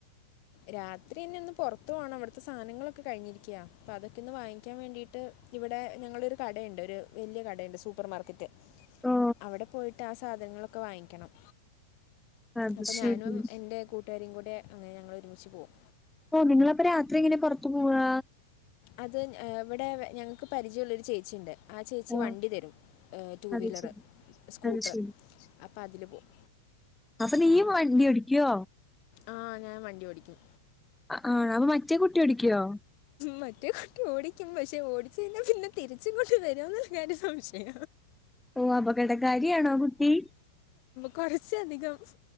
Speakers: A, on the left; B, in the centre.
A: രാത്രി നിഒന്ന് പൊറത്ത് പോണം വിട്‌ത്തെ സാനങ്ങളൊക്കെ കഴിഞ്ഞിരിക്ക്യ പ്പ അതൊക്കൊന്ന് വാങ്ങിക്കാൻ വേണ്ടിയിട്ട് ഇവിടെ ഞങ്ങളൊരു കടയിണ്ട് ഒരു വല്യ കടയിണ്ട് സൂപ്പർ മാർക്കറ്റ്.
B: ഓ
A: അവിടെ പോയിട്ടാ സാധനങ്ങളൊക്കെ വാങ്ങിക്കണം.
B: അത്
A: അപ്പൊ
B: ശരി
A: ഞാനും എന്റെ കൂട്ടുകാരിം കൂടെ അങ്ങനെ ഞങ്ങള് ഒരുമിച്ച് പോവും.
B: ഓ നിങ്ങളപ്പോ രാത്രി എങ്ങനെ പൊറത്ത് പോവാ?
A: അത് ഇവിടെ ഞങ്ങക്ക് പരിചയുള്ളൊരു ചേച്ചിണ്ട്. ആ ചേച്ചി
B: ഓ
A: വണ്ടി തെരും ടു
B: അത്
A: വീലറ്
B: ശരി
A: സ്കൂട്ടർ
B: അത് ശരി
A: അപ്പ അതില് പോവും.
B: അപ്പൊ നീയും വണ്ഡ്യോടിക്കൊ
A: ആഹ് ഞാൻ വണ്ടി ഓടിക്കും.
B: അ ആ അപ്പൊ മറ്റേ കുട്ടി ഓടിക്ക്യോ?
A: മറ്റേ കുട്ടി ഓടിക്കും പഷെ ഓടിച്ച് ഴിഞ്ഞാ പിന്നെ തിരിച്ച്ങ്ങോട്ട് വരോന്ന്ള്ള കാര്യം സംശയ
B: ഓ അബകടകാരിയാണോ ആ കുട്ടി.
A: കൊറച്ചധികം